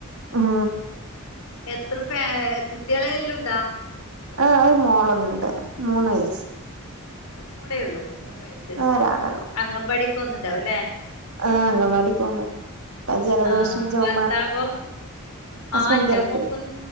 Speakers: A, on the right; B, on the left.
A: മ്ഹും
B: എത്ര ഫാ കുട്ടികള് എല്ലോ ഉണ്ടോ?
A: ആഹ് ഒരു മോളോണ്ട്. മൂന്ന് വയ
B: ഒരു ഒരു മോളെ ഉള്ളൂ. മൂന്ന് വയസ്സ്.
A: ഒരാളൊള്ളു
B: അങ്കവാടി പോന്നുണ്ടാവുംല്ലേ?
A: ആഹ് അങ്കവാടി പോന്നു. ഇപ്പ ജലദോഷം
B: ആഹ്
A: ചുമ
B: ഭർത്താവോ
A: ഹസ്ബൻഡ്
B: ആഹ് ന്റെ
A: ഗൾഫിൽ
B: മോക്കും